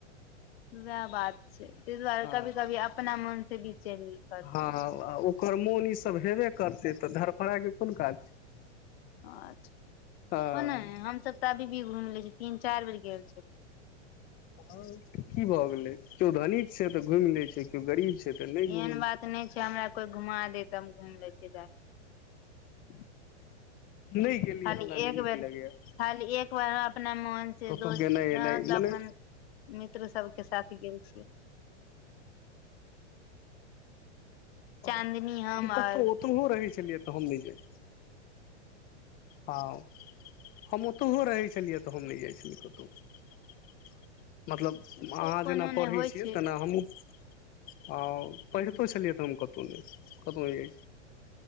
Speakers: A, on the left; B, on the left.
A: वएह बात छैय ताहि दुआरे
B: हँ
A: कभी कभी अपना मन से भी चलि करू
B: हँ ह आ ओकर मोन ईसभ हेबे करतै तऽ धरफड़ाके कोन काज छैय।
A: अच्छा
B: हँ
A: को नहि हमस तऽ अभी भी घुम ले छी। तीन चारि बेर गेल छल।
B: ह की भए गेले केओ धनित छै तऽ घुमि ले छै केओ गरीब छै तऽ नहि
A: एहन
B: घुमै
A: बात नहि छै हमरा कोइ घुमा दे तऽ हम घुमि लै छियै जा कऽ <inaudible>
B: नहि गेलियै
A: खाली
B: हमरा
A: एक
B: नहि नीक
A: बेर
B: लगैया
A: खाली एक अपना मोन से
B: कतहु
A: दोस्त
B: गेनाइ एनाइ मने
A: अपन मित्र सब के साथ गेल छीयै चाँदनी
B: हु
A: हम
B: क
A: आर
B: तो ओतहो रहै छलियै तऽ हमजे हँ हम ओतहु रहै छलियै तऽ हम नहि जाइ छलियै कतहु मतलब
A: अच्छा
B: अहाँ
A: कोनो
B: जेना पढ़ै
A: नहि होइ
B: छियै
A: छै
B: तेना हमहूँ हँ पढ़ितो
A: ह्म
B: छलियै तऽ हम कतहुँ नहि कतहु नै जाय